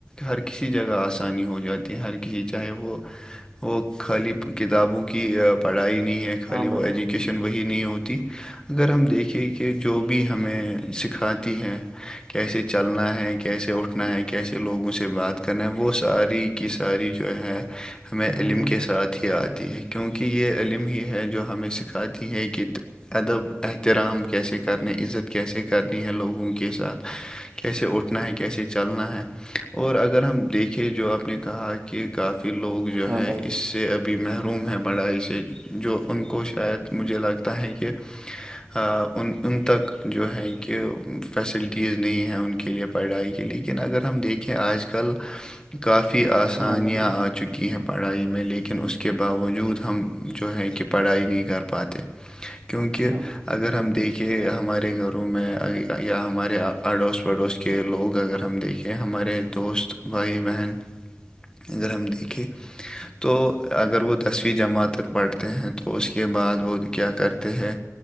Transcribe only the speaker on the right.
ہاں
بھائی
ہاں
بھائی
ہاں
بھائی
ہاں بھائی
<inaudible>
ہاں بھائی